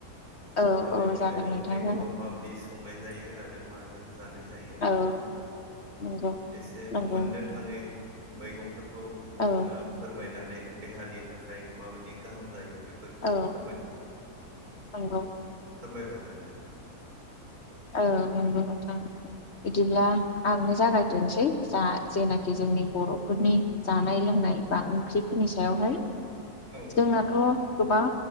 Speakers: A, on the left; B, on the right.
A: औ
B: माबे
A: औ
B: माबे
A: जागोन
B: ओंख्रिखौ
A: नोंथां जागोन
B: माबायदि संनाय जायो आरो माजों जानाय जायो
A: औ
B: नङा होमबा?
A: नंगौ
B: एसे
A: नंगौ
B: मोननो थाङै मैगंफोर खौ
A: औ
B: नोंथाङा फोरमायनानै देहानि थाखाय माबायदि गाहाम जायो बेफोरखौ
A: औ
B: फोरमाय
A: नंगौ।
B: फोरमायबा <unintelligible>
A: औ नंगौ नोंथां। बिदिब्ला आंनो जागायग्रानोसै जा जेनाखि जोंनि बर'फोरनि जानाय लोंना नाय बा ओंख्रिफोरनि सायावहाय।
B: औ
A: जोंनाथ'
B: नंगौ
A: गोबां